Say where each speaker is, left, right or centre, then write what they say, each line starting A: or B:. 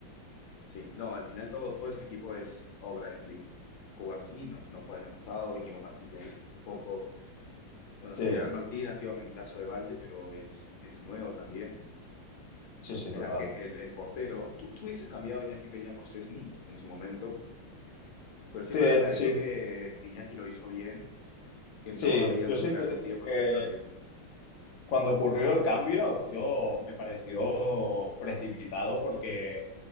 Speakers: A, on the left (about 75°); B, on the left (about 60°).
A: sí, no, al final todo, todo este equipo es obra de Flick. Cubarsí no, no juega en el pasado, Íñigo Martínez tampoco. Bueno,
B: Sí,
A: Gerard Martín ha sido reemplazo de Valde, pero es, es nuevo también.
B: sí, sí,
A: el,
B: total.
A: arque, el, el portero. ¿Tú, tú hubieses cambiado a Iñaki Peña por Szczęsny en su momento? Pues siempre
B: Te-
A: me pareció
B: si
A: que, que Iñaki lo hizo bien, que no
B: Sí,
A: había
B: yo
A: un
B: sí
A: real
B: te tengo
A: motivo para
B: que...
A: hacer el cambio.
B: Cuando ocurrió el cambio, yo me pareció precipitado porque